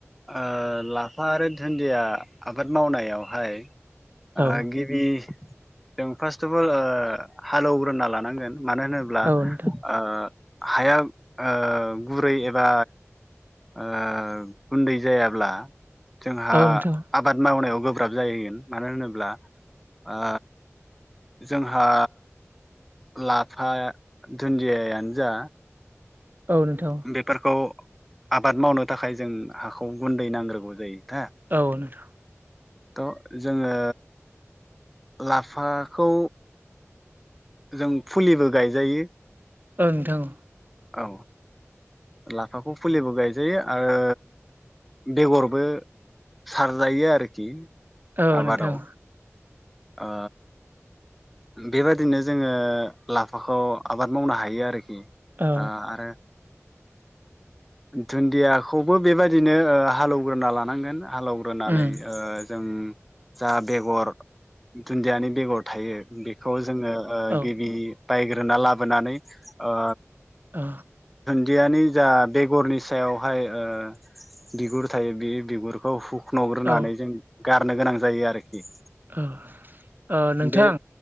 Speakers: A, in the centre; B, on the right (about 40°).
A: ओ लाफा आरो दुन्दिया आबाद मावनायावहाय
B: ओ
A: आ
B: औ
A: गिबि जों फास्ट अफ अल हालौवग्रोना लानांगोन मानो होनोब्ला
B: औ नोंथां
A: ओ हाया ओ गुरै एबा ओ गुन्दै जायाब्ला जोंहा
B: औ नोंथां
A: आबाद मावनायाव गोब्राब जायोगोन मानो होनोब्ला ओ जोंहा लाफा दुन्दियायानो जा
B: औ नोंथां
A: बेफोरखौ आबाद मावनो थाखाय जों हाखौ गुन्दै नांग्रोगौ जायो दा
B: औ नोंथां
A: थ' जोङो लाफाखौ जों फुलिबो गायजायो
B: ओ नोंथां
A: औ लाफाखौ फुलिबो गायजायो आरो बेगरबो सारजायो आरोखि
B: औ
A: आबादाव
B: नोंथां
A: ओ बेबायदिनो जोङो लाफाखौ आबाद मावनो हायो आरो खि ओ
B: औ
A: आरो दुन्दियाखौबो बेबादिनो हालौग्रोना लानांगोन हालौग्रोनानै
B: उम
A: ओ जों जा बेगर दुन्दियानि बेगर थायो बेखौ जोङो ओ
B: औ
A: गिबि बायग्रोना लाबोनानै ओ
B: ओ
A: दियानि जा बेगरनि सायावहाय ओ बिगुर थायो बे बिगुरखौ हु खन' ग्रोनानै
B: औ
A: जों गारनो गोनां जायो आरोखि
B: ओ ओ नोंथां
A: बे